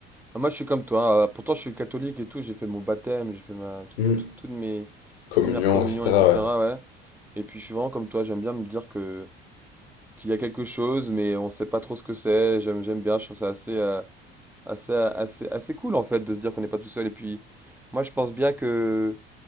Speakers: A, in the centre; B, on the left (about 75°).
A: Ah, Moi, je suis comme toi. euh, Pourtant, je suis catholique et tout. J'ai fait mon baptême, j'ai fait ma, tout-
B: Mm.
A: tout- toutes mes
B: Communion,
A: premières communions,
B: etc.
A: etc. Ouais. Et puis, je suis vraiment comme toi. J'aime bien me dire que qu'il y a quelque chose, mais on sait pas trop ce que c'est. J'aime, j'aime bien. Je trouve ça assez, euh, assez, assez, assez cool en fait de se dire qu'on n'est pas tout seul. Et puis, moi, je pense bien que